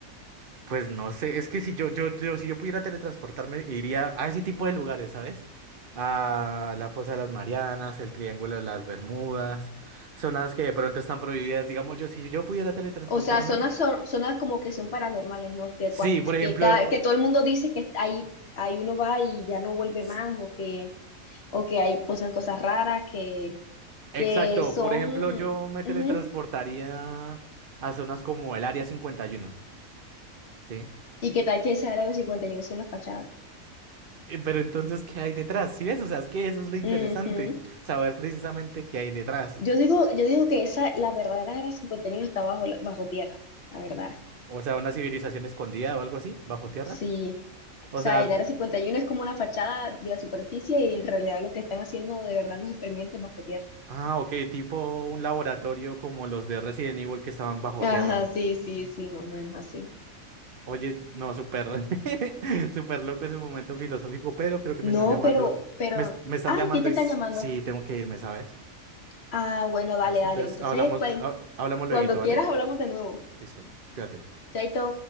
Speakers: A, on the right (about 45°); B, on the left (about 50°).
A: pues no sé, es que si yo, yo, yo, si yo pudiera teletransportarme, iría a ese tipo de lugares, ¿sabes? A la Fosa de las Marianas, el Triángulo de las Bermudas, zonas que de pronto están prohibidas. Digamos, yo, si yo pudiera teletransportarme,
B: O sea, zonas, son- zonas como que son paranormales, ¿no? Que,
A: sí,
B: cuando,
A: por ejemplo,
B: que, cada- que todo el mundo dice que ahí, ahí uno va y ya no vuelve
A: s-
B: más, o que o que ahí pasan cosas raras que,
A: exacto,
B: que son...
A: por ejemplo, yo me teletransportaría
B: ujú,
A: a zonas como el Área cincuenta y uno ¿sí?
B: Y que tal que esa área del cincuenta y uno es una fachada.
A: Eh, Pero entonces, ¿qué hay detrás? ¿Sí ves? O sea, es que eso es lo interesante,
B: Ujú.
A: saber precisamente qué hay detrás.
B: Yo digo, yo digo que esa, la verdadera área cincuenta y uno está bajo, la- bajo tierra, la verdad.
A: O sea, una civilización escondida o algo así, bajo tierra.
B: Sí. O
A: O
B: sea,
A: sea,
B: el área cincuenta y uno es como una fachada de la superficie y en realidad lo que están haciendo de verdad los experimentos bajo tierra.
A: ah, ok, tipo un laboratorio como los de Resident Evil que estaban bajo
B: Ajá,
A: tierra.
B: sí, sí, sí, más o menos así.
A: Oye, no, súper, <laughs> súper loco ese momento filosófico, pero creo que me están
B: No,
A: llamando,
B: pero, pero,
A: me, est- me están
B: ay,
A: llamando
B: ¿quién te
A: y
B: están
A: s-
B: llamando?
A: sí, tengo que irme, ¿sabes?
B: Ah, bueno,
A: Listo,
B: dale, dale.
A: entonces
B: Entonces,
A: hablamos,
B: pues,
A: ha- hablamos lueguito,
B: cuando
A: ¿vale?
B: quieras hablamos de nuevo.
A: Listo, cuídate.
B: Chaito.